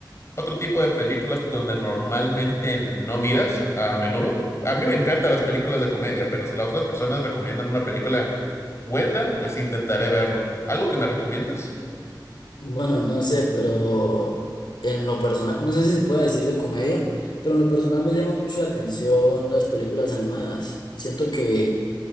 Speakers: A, on the left (about 35°); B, on the left (about 80°).
A: otro tipo de películas donde normalmente no miras a menudo. A mí me encantan las películas de comedia, pero si las otras personas recomiendan una película buena, pues intentaré verlo. ¿Algo que me recomiendas?
B: Bueno, no sé, pero en lo personal, no sé si se puede decir de comedia, pero en lo personal me llama mucho la atención las películas animadas. Siento que